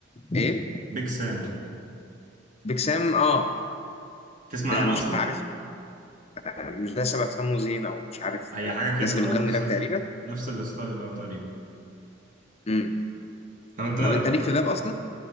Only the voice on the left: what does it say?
ايه
بكسام اه
ده
مش
عارف يعني مش ده شبه سمو زين او مش عارف
آه،
الناس
اللي بتغني
راب
تقريبا
امم
طب انت ليك في الراب اصلا